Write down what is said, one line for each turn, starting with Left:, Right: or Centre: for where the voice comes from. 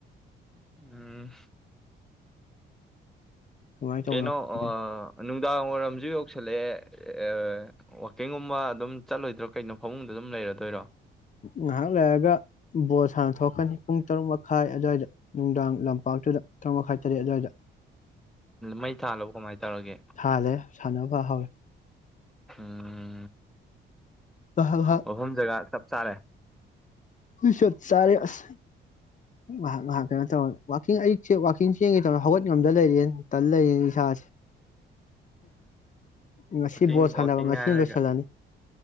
Centre: ꯎꯝ
Left: ꯀꯃꯥꯏꯅ ꯇꯧꯕꯅꯣ
Centre: ꯀꯦꯅꯣ
Left: ꯈꯪꯗꯦ
Centre: ꯑꯑꯥ ꯑꯅꯨ ꯅꯨꯡꯗꯥꯡ ꯋꯥꯏꯔꯝꯁꯨ ꯌꯧꯁꯤꯜꯂꯦ ꯑꯦ ꯋꯥꯛꯀꯤꯡꯒꯨꯝꯕ ꯑꯗꯨꯝ ꯆꯠꯂꯣꯏꯗ꯭ꯔꯣ ꯀꯩꯅꯣ ꯐꯃꯨꯡꯗ ꯑꯗꯨꯝ ꯂꯩꯔꯗꯣꯏꯔꯣ
Left: ꯉꯥꯍꯥꯛ ꯂꯩꯔꯒ ꯕꯣꯜ ꯁꯥꯡꯅ ꯊꯣꯛꯀꯅꯤ ꯄꯨꯡ ꯇꯔꯨꯛ ꯃꯈꯥꯏ ꯑꯗꯨꯋꯥꯏꯗ ꯅꯨꯡꯗꯥꯡ ꯂꯝꯄꯥꯛꯇꯨꯗ ꯇꯔꯨꯛ ꯃꯈꯥꯏ ꯇꯔꯦꯠ ꯑꯗꯥꯏꯗ
Centre: ꯃꯩ ꯊꯥꯜꯂꯕ ꯀꯃꯥꯏꯅ ꯇꯧꯔꯒꯦ
Left: ꯊꯥꯜꯂꯦ ꯁꯥꯟꯅꯕ ꯍꯧꯔꯦ
Centre: ꯎꯝ
Left: ꯍꯜ ꯍꯥꯛ
Centre: ꯃꯐꯝ ꯖꯒꯥ ꯆꯞ ꯆꯥꯔꯦ
Left: ꯆꯞ ꯆꯔꯦ ꯑꯁ ꯉꯍꯥꯛ ꯉꯍꯥꯛ ꯀꯩꯅꯣ ꯇꯧꯔ ꯋꯥꯥꯛꯀꯤꯡ ꯑꯌꯨꯛꯁꯦ ꯋꯥꯥꯛꯀꯤꯡ ꯆꯦꯟꯒꯦ ꯇꯧꯔꯒꯥ ꯍꯧꯒꯠ ꯉꯝꯗ ꯂꯩꯔꯦ ꯇꯜ ꯂꯩꯔꯦꯅꯦ ꯏꯁꯥꯁꯦ ꯉꯁꯤ
Centre: ꯋꯥꯛꯀꯤꯡ
Left: ꯕꯣꯜ ꯁꯥꯟꯅꯕ
Centre: ꯋꯥꯛꯀꯤꯡ
Left: ꯉꯁꯤꯅ
Centre: ꯍꯥꯏꯔꯒ
Left: ꯂꯣꯏꯁꯤꯜꯂꯅꯤ